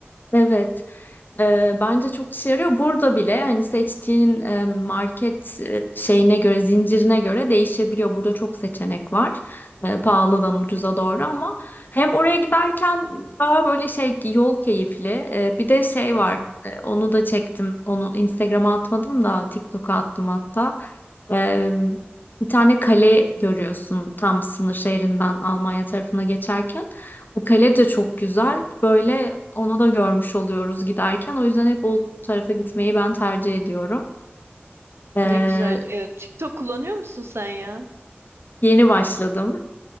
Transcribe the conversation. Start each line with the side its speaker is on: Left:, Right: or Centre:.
Left: Evet, e, bence çok işe yarıyor. Burada bile hani seçtiğin e, market e, şeyine göre, zincirine göre değişebiliyor. Burada çok seçenek var. E, pahalıdan ucuza doğru ama hem oraya giderken daha böyle şey yol keyifli. E, bir de şey var. e, onu da çektim. Onu Instagram'a atmadım da TikTok'a attım hatta. E, bir tane kale görüyorsun tam sınır şehrinden Almanya tarafına geçerken. O kale de çok güzel. Böyle onu da görmüş oluyoruz giderken. O yüzden hep o tarafa gitmeyi ben tercih ediyorum. Ee,
Right: Ne güzel. Ee, TikTok kullanıyor musun sen ya?
Left: yeni başladım.